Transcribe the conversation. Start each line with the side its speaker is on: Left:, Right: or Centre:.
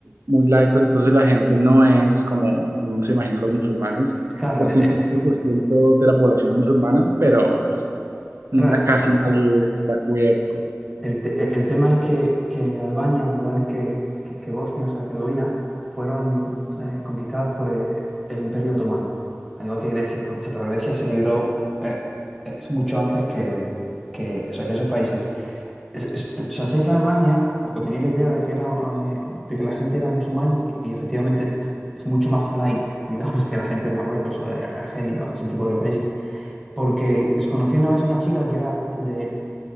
Right: muy laicos, entonces la gente no es como, como uno se imagina los musulmanes.
Centre: Claro,
Right: El
Centre: eh,
Right: 50%
Centre: eh,
Right: de la población musulmana, pero pues na-
Centre: claro,
Right: casi nadie está cubierto
Centre: El, te- e, el tema es que, que Albania, al igual que, que, que Bosnia y Herzegovina, fueron eh, conquistadas por eh, el, Imperio Otomano, al igual que Grecia. Pero, pero Grecia se liberó eh, eh, es mucho antes que, que, o sea, que esos países. Es- es- eh, O sea, sé que Albania, o o tenía la idea de que, era, eh, de que la gente era musulmán y, y efectivamente es mucho más light, <laughs> digamos, que la gente de Marruecos o de Argelia o ese tipo de países. Porque es- conocí una vez a una chica que era de,